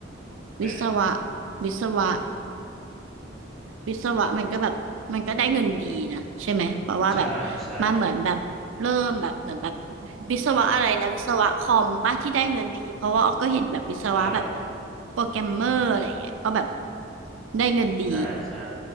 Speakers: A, in the centre; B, on the right.
A: ถูกไหม
B: วิศวะวิศวะวิศวะมันก็แบบมันก็ได้เงินดีนะใช่ไหมเพราะว่าแบบ
A: ใช่ใช่
B: มันเหมือนแบบเริ่มแบบเหมือนแบบวิศวะอะไรนะวิศวะคอมป้าที่ได้เงินดีเพราะว่าอ้อก็เห็นแบบวิศวะแบบ
A: ใช่
B: โปรแกรมเมอร์อะไรเงี้ยก็แบบได้เงินดี
A: ใช่ใช่